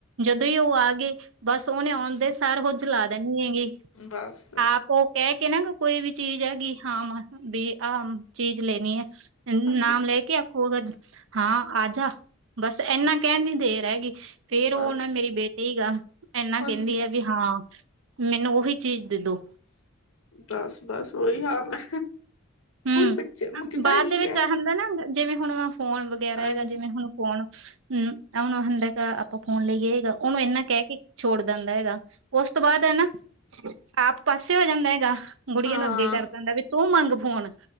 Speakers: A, on the right; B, on the left.
A: ਜਦੋਂ ਹੀ ਉਹ ਆ ਗਏ ਬਸ ਉਹਹਨੇ ਆਉਂਦੇ। ਸਰ ਹ ਜਲਾ ਦਣੀ ਹੈਗੀ
B: ਬਸ
A: ਆਪ ਉਹ ਕਹਿ ਕੇ ਨਾ ਕੋਈ ਵੀ ਚੀਜ਼ ਹੈਗੀ ਹਾਂ ਵੀ ਆਹ ਚੀਜ਼ ਲੈਣੀ ਹੈ
B: ਹਾਂਜੀ
A: ਨਾਮ ਲੈ ਕੇ ਆਪ ਉਹ ਤਾਂ ਹਾਂ ਆ ਜਾ ਬਸ ਇਨਾ ਕਹਿਣ ਦੀ ਦੇ ਰਹਿਗੀਈ। ਫੇਰ ਉਹ
B: ਬਸ
A: ਨਾ ਮੇਰੀ ਬੇਟੇ ਗ ਇਨਾ
B: ਹਾਂਜੀ
A: ਕਹਿੰਦੀ ਆ ਵੀ ਹਾਂ। ਮੈਨੂੰ ਉਹੀ ਚੀਜ਼ ਦੇ ਦੋ।
B: ਬਸ ਬਸ ਉਓਹੀ ਹਾਲ ਹੈ।
A: ਹੂੰ।
B: ਬੱਚੇ ਕਿਤਾ
A: ਬਾਅਦ
B: ਕੀ
A: ਦੇ ਵਿੱਚ
B: ਹੈ।
A: ਆ ਹੁੰਦਾ ਨਾ ਜਿਵੇਂ ਹੁਣ ਫੋਨ ਵਗੈਰਾ
B: ਹਾਂਜੀ
A: ਹੈਗਾ ਜਿਵੇਂ ਹੁਣ ਫੋਨ ਹਮ ਹਣ ਹੁੰ <inaudible> ਆਪਾਂ ਫੋਨ ਲੈਗਿ ਆ ਸਿਗਾ ਔਹਨੂੰ ਇੰਨਾ ਕਹਿ ਕੇ ਛੋੜ ਦੇਂਦਾ ਹੈਗਾ, ਉਸ ਤੋਂ ਬਾਅਦ ਹਨਾ। ਆਪ ਪਾਸੇ ਹੋ ਜਾਂਦਾ ਹੈਗਾ। ਗੁੜੀਆਂ
B: ਹਾਂ
A: ਨੂੰ ਅੱਗੇ ਕਰ ਦਿੰਦਾ ਵੀ ਤੂੰ ਮੰਗ ਫੋਨ